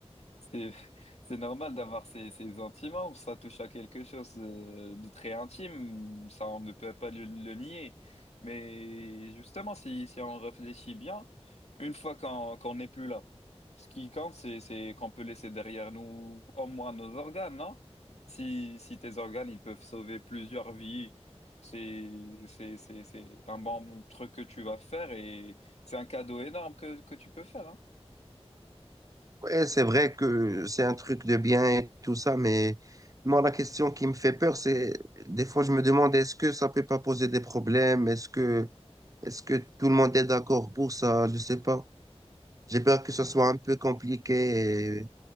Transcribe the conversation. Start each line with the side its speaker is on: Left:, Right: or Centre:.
Left: C'est, c'est normal d'avoir ces, ces sentiments, ça touche à quelque chose euh, de très intime, ça on ne peut pas le, le nier. Mais justement, si, si on réfléchit bien, une fois qu'on qu'on n'est plus là, ce qui compte, c'est, c'est qu'on peut laisser derrière nous au moins nos organes, non? Si, si tes organes, ils peuvent sauver plusieurs vies, c'est, c'est, c'est, c'est un bon truc que tu vas faire et c'est un cadeau énorme que, que tu peux faire, hein.
Right: Ouais, c'est vrai que c'est un truc de bien et tout ça, mais moi, la question qui me fait peur, c'est des fois, je me demande, est-ce que ça peut pas poser des problèmes? Est-ce que Est-ce que tout le monde est d'accord pour ça? Je sais pas. J'ai peur que ce soit un peu compliqué, et-